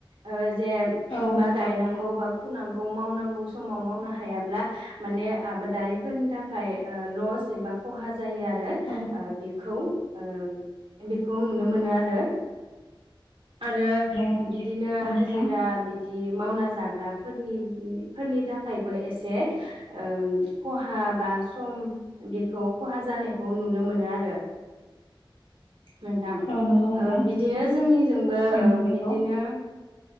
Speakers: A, on the right (about 75°); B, on the left (about 75°).
A: ओ जे
B: औ
A: बा
B: नंगौ
A: गायनांगौ
B: नोंथां
A: बा फुनांगौ मावनांगौ समाव मावनो हायाब्ला माने आबादारिफोरनि थाखाय ओ लस एबा खहा ज जायो आरो ओ
B: औ नंगौ
A: बेखौ ओ बेखौ नुनो मोनो आरो आरो
B: नोंथां
A: बिदिनो
B: औ
A: हाजिरा
B: नोंथां
A: बिदि मावना जाग्राफोरनि थाखायबो एसे ओ खहा बा सम बे खहा जानायखौ नुनो मोनो आरो नोंथां
B: औ नंगौ नोंथां
A: ओ बिदिनो जोंनि आंबो
B: उम
A: औ
B: नंगौ
A: बिदिनो